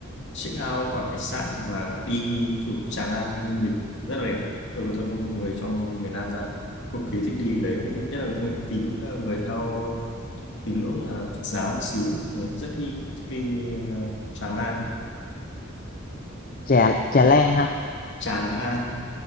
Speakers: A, on the left; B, on the left.
A: check out khỏi khách sạn và đi thủ Tràng An Ninh Bình rất là đẹp tôi có thân người trong miền Nam ra cực kỳ thích đi cái đấy những nhất là những người tín ờ, người theo tín ngưỡng là Phật giáo một xíu là người ta rất thích, thích đi ờ, Tràng An
B: chè chè len ha
A: Tràng An